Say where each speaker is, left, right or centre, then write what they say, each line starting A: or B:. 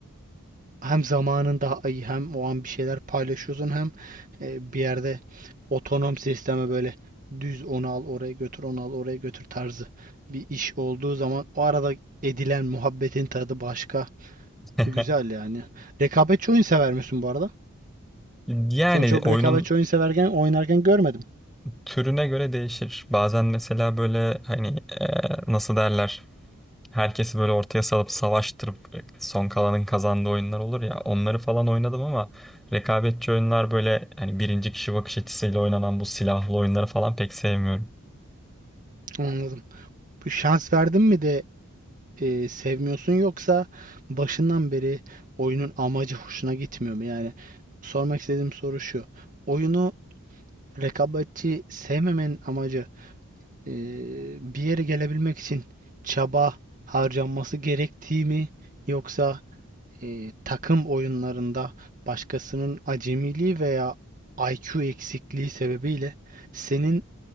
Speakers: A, on the right; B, in the centre.
A: hem zamanında ay- hem o an bir şeyler paylaşıyorsun hem e, bir yerde otonom sisteme böyle düz onu al oraya götür onu al oraya götür tarzı bir iş olduğu zaman o arada edilen muhabbetin tadı başka.
B: <laughs>
A: Güzel yani. Rekabetçi oyun sever misin bu arada?
B: Yani
A: Seni çok
B: oyunun
A: rekabetçi oyun severken oynarken görmedim.
B: türüne göre değişir. Bazen mesela böyle hani e, nasıl derler? herkesi böyle ortaya salıp savaştırıp e, son kalanın kazandığı oyunlar olur ya onları falan oynadım ama rekabetçi oyunlar böyle hani birinci kişi bakış açısıyla oynanan bu silahlı oyunları falan pek sevmiyorum.
A: Anladım. Bu şans verdin mi de e, sevmiyorsun yoksa başından beri oyunun amacı hoşuna gitmiyor mu? Yani sormak istediğim soru şu. Oyunu rekabetçi sevmemenin amacı e, bir yere gelebilmek için çaba harcanması gerektiği mi yoksa e, takım oyunlarında başkasının acemiliği veya IQ eksikliği sebebiyle senin